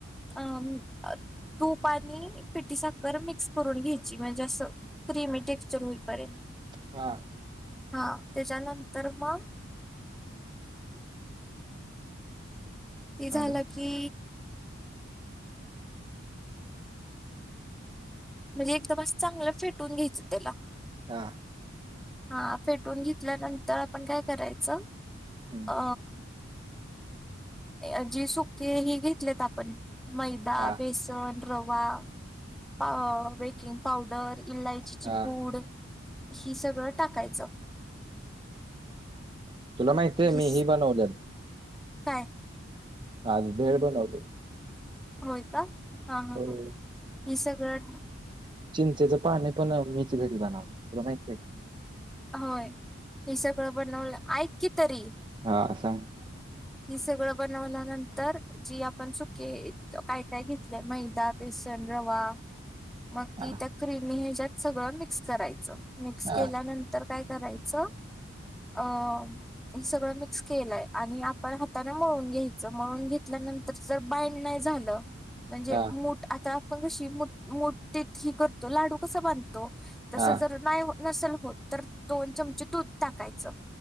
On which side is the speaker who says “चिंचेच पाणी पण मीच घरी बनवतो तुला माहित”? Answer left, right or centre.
Right